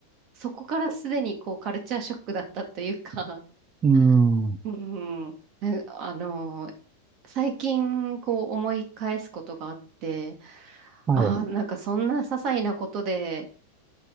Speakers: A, on the right; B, on the right.
A: う、そこからすでにこう、カルチャーショックだったというか、
B: うん。
A: <laughs> うん、ねあの最近こう思い返すことがあって、
B: はい。
A: ああ、なんかそんな些細なことで、